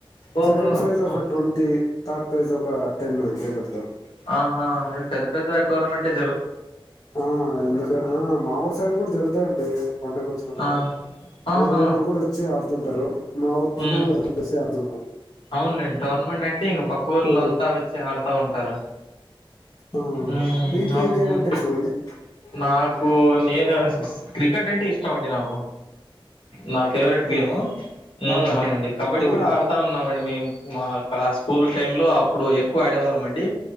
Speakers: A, on the left; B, on the left.
A: ఓహో
B: సెకండ్ ప్రైజ్
A: అమ్మో!
B: ఒక ట్వంటీ థర్డ్ ప్రైజ్ ఒక టెన్ అంతే పెడతారు.
A: ఆహా! రేపు పెద పెద్ద టోర్నమెంట్లె జ
B: ఆ ఎందుక ఆ మా ఊరు సైడ్ గుడా జరుగుతాయండి పండగ వచ్చినప్పుడు
A: ఆ ఆహా
B: వేరే ఊరోళ్ళు కూడా వచ్చి ఆడు తుంటరు. మా ఊర్లోళ్లు
A: ఉమ్
B: కలిసే ఆడుతుంటాం
A: అవునులేండి టోర్నమెంట్ అంటే ఇంక పక్క ఊరులంతా
B: ఆ
A: వచ్చి ఆడుతా ఉంటారు క్కర
B: ఆ
A: ఉమ్
B: మీకు
A: అవును
B: ఏ గేమ్
A: ఉమ్
B: అంటే ఇష్టం అండి
A: నాకు నే క్రికెట్ అంటే ఇష్టం అండి నాకు నా ఫేవరెట్ గేమ్
B: ఆ
A: ఉమ్
B: బాగా
A: అవునండి కబడ్డీ
B: ఆ
A: కూడా ఆడుతా ఉన్నామండి మేము మా టా స్కూల్ టైమ్ లో అప్పుడు ఎక్కువ ఆడేవాళ్ళం అండి